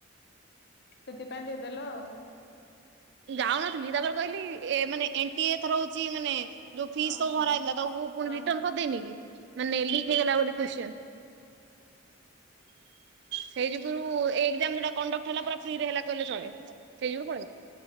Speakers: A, on the left; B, on the right.
A: ସେଥିପାଇଁ ଦେଇଦେଲ ଆଉ।
B: ଯାଉନଥିଲି ତାପରେ କହିଲି ଏ ମାନେ ଏଣ୍ଟ୍ରି ଏଥର ହୋଉଛି ମାନେ ଯୋଉ ଫିସ୍
A: ଓହୋ
B: ସବୁ ଭରା ହେଇଥିଲା ତାକୁ ପୁଣି
A: ହଁ।
B: ରିଟର୍ନ କରିଦେଇନି କି? ମାନେ ଲିକ୍ ହେଇଗଲା ବୋଲି କ୍ଵଶ୍ଚିନ। ସେଇ ଯୁଗୁରୁ ଏଇ ଏଗ୍ଜାମ ଯୋଉଟା କଣ୍ଡକ୍ଟ ହେଲା ପୁରା ଫ୍ରିରେ ହେଲା କହିଲେ ଚଳେ ସେଇ ଯୁଗୁରୁ ପଳେ ଆଇଲି।